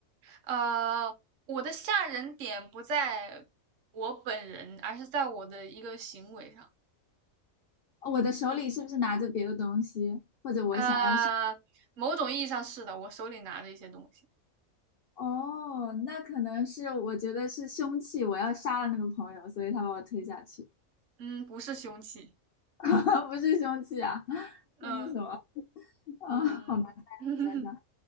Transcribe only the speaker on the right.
呃，我的吓人点不在我本人，而是在我的一个行为上。
呃，某种意义上是的，我手里拿着一些东西，
嗯，不是凶器，
嗯嗯，
<laughs>